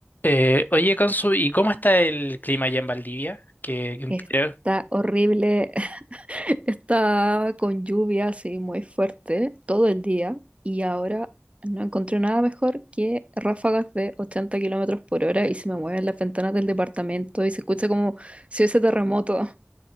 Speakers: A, on the left (about 45°); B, on the right (about 30°).
A: Eh, oye, Consu, ¿y cómo está el clima allá en Valdivia? Que que
B: Está
A: creo-
B: horrible, <laughs> está con lluvia así muy fuerte todo el día y ahora no encontré nada mejor que ráfagas de 80 kilómetros por hora y se me mueven las ventanas del departamento y se escucha como si hubiese terremoto. <laughs>